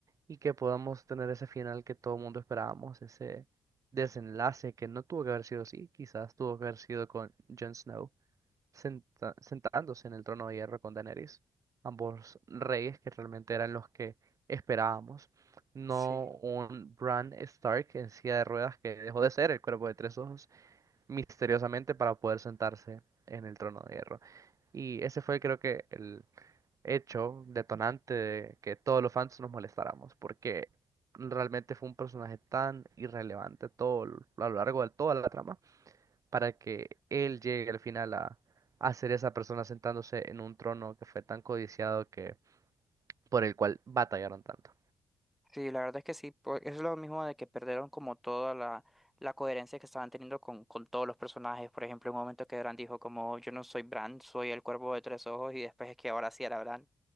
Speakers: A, on the right; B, in the centre.
A: y que podamos tener ese final que todo el mundo esperábamos, ese desenlace que no tuvo que haber sido así, quizás tuvo que haber sido con Jon Snow senta- sentándose en el trono de hierro con Daenerys, ambos reyes que realmente eran los que esperábamos, no
B: Sí,
A: un Bran Stark en silla de ruedas que dejó de ser el cuerpo de tres ojos misteriosamente para poder sentarse en el trono de hierro. Y ese fue creo que el hecho detonante de que todos los fans nos molestáramos, porque realmente fue un personaje tan irrelevante todo lo- a lo largo de toda la trama, para que él llegue al final a, a ser esa persona sentándose en un trono que fue tan codiciado que por el cual batallaron tanto.
B: sí, la verdad es que sí, po- es lo mismo de que perdieron como toda la, la coherencia que estaban teniendo con, con todos los personajes. Por ejemplo, en un momento que Bran dijo como yo no soy Bran, soy el cuervo de tres ojos y después es que ahora sí era Bran.